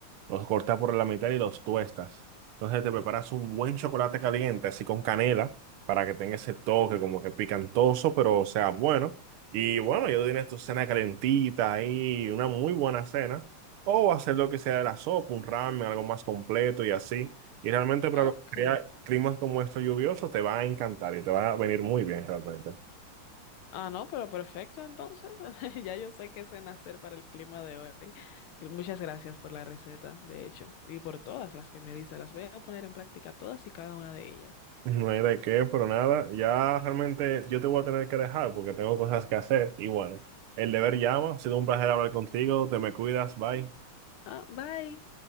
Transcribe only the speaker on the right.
los cortas por la mitad y los tuestas. Entonces te preparas un buen chocolate caliente, así con canela, para que tenga ese toque como que picantoso, pero sea bueno. Y bueno, ya tú tienes tu cena calentita ahí, una muy buena cena. O hacer lo que sea de la sopa, un ramen, algo más completo y así. Y realmente para
lo que sea climas como estos lluviosos te va a encantar y te va a venir muy bien realmente.
No hay de qué, pero nada, ya realmente yo te voy a tener que dejar porque tengo cosas que hacer. Igual, el deber llama, ha sido un placer hablar contigo, te me cuidas, bye.